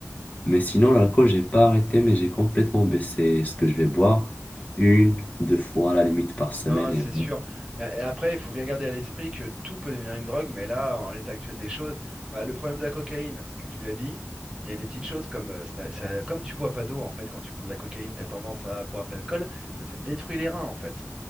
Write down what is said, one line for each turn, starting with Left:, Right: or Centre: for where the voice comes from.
Left: Mais sinon, l'alcool, j'ai pas arrêté, mais j'ai complètement baissé ce que je vais boire. Une, deux fois à la limite par semaine.
Right: Non,
Left: et
Right: c'est sûr.
Left: voilà.
Right: Mais après, il faut bien garder à l'esprit que tout peut devenir une drogue, mais là, en l'état actuel des choses, bah, le problème de la cocaïne, c'est que tu l'as dit, il y a des petites choses comme euh, ça, ça- comme tu bois pas d'eau, en fait, quand tu prends de la cocaïne, tu as tendance à boire de l'alcool, ça te détruit les reins, en fait.